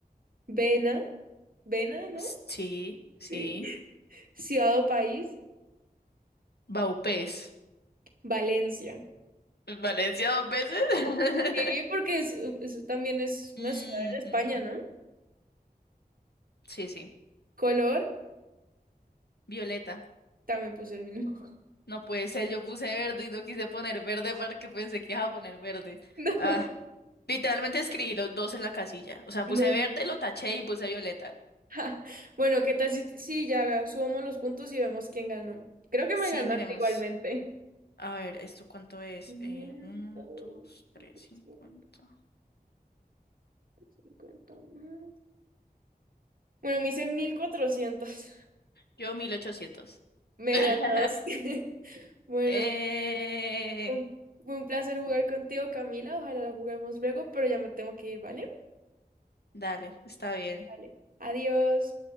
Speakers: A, on the right; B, on the left.
A: vena, vena, ¿no?
B: S- Sí, sí.
A: Sí. Ciudad o país,
B: Baupés.
A: Valencia.
B: Valencia dos veces. <laughs>
A: Sí, porque es- eso también es una
B: Mm,
A: ciudad en España,
B: mm,
A: ¿no?
B: sí, sí.
A: Color,
B: Violeta.
A: también puse el mismo. <laughs>
B: No puede ser, yo puse verde y no quise poner verde porque pensé que iba a poner verde.
A: No,
B: Ah, literalmente escribí los dos en la casilla. O sea,
A: no.
B: puse verde, lo taché y puse violeta.
A: <laughs> Bueno, ¿qué tal si, si ya subamos los puntos y vemos quién ganó? Creo que
B: Sí,
A: me ganaste
B: miremos.
A: igualmente.
B: A ver, ¿esto cuánto es?
A: 500,
B: Eh, uno, dos, tres,
A: 700,
B: cincuenta.
A: 50 más. Bueno, me hice mil cuatrocientos
B: Yo, mil ochocientos
A: <laughs> Me
B: <laughs>
A: ganaste. <laughs> Bueno,
B: Eh,
A: un- fue un placer jugar contigo, Camila. Ojalá la juguemos luego, pero ya me tengo que ir, ¿vale?
B: dale, está bien.
A: Vale. Adiós.